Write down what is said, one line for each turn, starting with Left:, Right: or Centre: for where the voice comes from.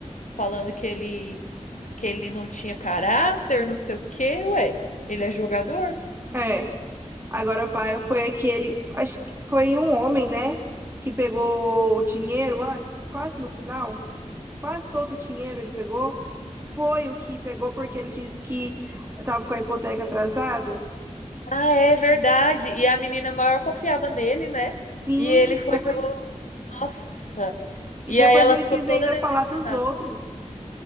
Left: falando que ele que ele não tinha caráter, não sei o quê, ué, ele é jogador?
Right: É. Agora, Paia foi aquele. Acho que foi um homem, né? Que pegou o dinheiro antes, quase no final. Quase todo o dinheiro ele pegou. Foi o que pegou porque ele disse que estava com a hipoteca atrasada.
Left: Ah, é verdade. E a menina maior confiava nele, né?
Right: Sim,
Left: E ele foi
Right: foi.
Left: e pegou, nossa.
Right: E
Left: E
Right: depois
Left: aí ela
Right: ele
Left: ficou
Right: quis
Left: toda
Right: ainda
Left: decepcionada.
Right: falar dos outros.